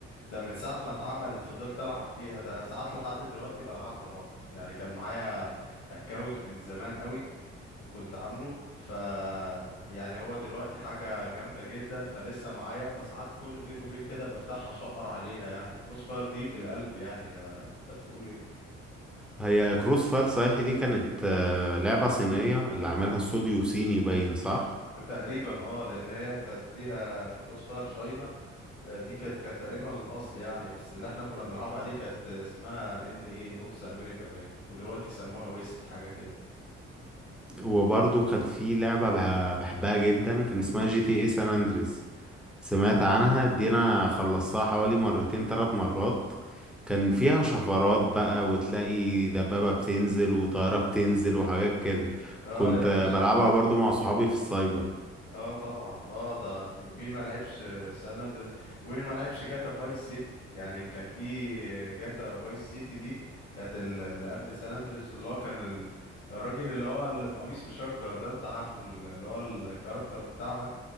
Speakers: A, on the left; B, in the centre.
A: ده من ساعة ما اتعملت فضلت ألعب فيها ده أنا ساعات لحد دلوقتي بلعبها برضه يعني كان معايا اكونت من زمان قوي كنت عامله ف يعني هو دلوقتي حاجة جامدة جدا فلسه معايا فساعات كل فين وفين كده بفتحها شقر عليها يعني كروس فاير دي في القلب يعني ده انت بتقول ايه
B: هي كروس فاير صحيح دي كانت آه، لعبة صينية اللي عملها استوديو صيني باين صح
A: تقريبا اه لان هي كانت فيها كروس فاير شاينا آه، دي كانت كانت تقريبا الاصل يعني بس اللي احنا كنا بنلعبها دي كانت اسمها ان ايه نورث امريكا باين ودلوقتي سموها ويست حاجة كده
B: وبرضه كانت في لعبة بح- بحبها جدا كان اسمها جي تي اي سان اندريس سمعت عنها دي انا خلصتها حوالي مرتين تلات مرات كان فيها شفرات بقى وتلاقي دبابة بتنزل وطيارة بتنزل وحاجات كده
A: اه
B: كنت
A: يا باشا
B: بلعبها برضو مع صحابي في السايبر
A: اه طبعا اه ده مي- مين ما لعبش سان اندريس ومين ما لعبش جاتا فايس سيتي يعني كان في جاتا فايس سيتي دي كانت ال- اللي قبل سان اندريس اللي هو كان ال- الراجل اللي هو اللي بقميص مشجر ده انت عارفه ال- اللي هو الكاركتر بتاعها